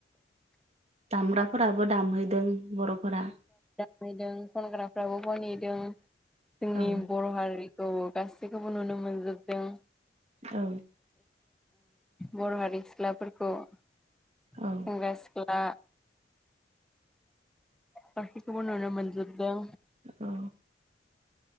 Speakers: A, on the right; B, in the centre.
A: दामग्राफोराबो दामहैदों बर'फोरा
B: दों खनग्राफ्राबो खनिहदों जोंनि
A: औ
B: बर' हारि गासैखौबो नुनो मोनजोबदों।
A: औ
B: बर' हारिनि सिख्लाफोरखौ सेंग्रा
A: औ
B: सिख्ला गासैखौबो नुनो मोनजोब दों।
A: औ